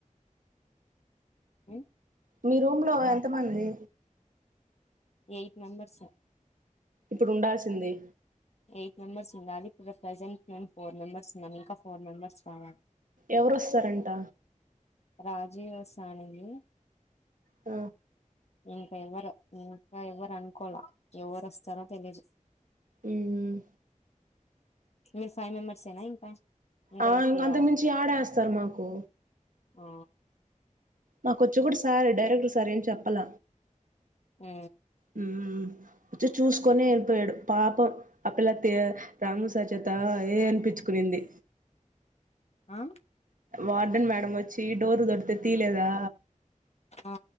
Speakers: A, on the left (about 55°); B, on the right (about 80°).
A: మ్
B: మీ రూమ్ లో ఎంత మంది
A: ఎయిట్ మెంబర్స్
B: ఇప్పుడు ఉండాల్సింది
A: ఎయిట్ మెంబర్స్ ఉండాలి ఇప్పుడు ప్రజెంట్ మేమ్ ఫోర్ మెంబర్ ఉన్నామ్ ఇంకా ఫోర్ మెంబర్స్ కావాలి
B: ఎవరొస్తారంట
A: రాజీ వస్తా అనింది
B: మ్
A: ఇంకా ఎవరు ఇంకా ఎవ్వరు అనుకోల ఎవరు వస్తారో తెలిదు
B: మ్మ్
A: మీరు ఫైవ్ మెంబర్సఎనా ఇంకా ఇంకా
B: ఆ
A: ఏసి
B: ఇంక
A: వేయాలండి
B: అంత మించి ఆడేస్తారు మాకు
A: ఆ
B: మాకొచ్చి కూడా సార్ డైరెక్ట్ర్ సార్ ఏం చెప్పాల
A: ఆ
B: హ్మ్ చ్చే చూస్ కొని వెళ్ళిపోయాడు పాపం ఆ పిల్ల రాము సార్ చేతా ఏయ్ అనిపించుకునింది
A: ఆ
B: వార్టన్ మేడం వచ్చి డోర్ తొడుతే తీలేదా
A: ఆ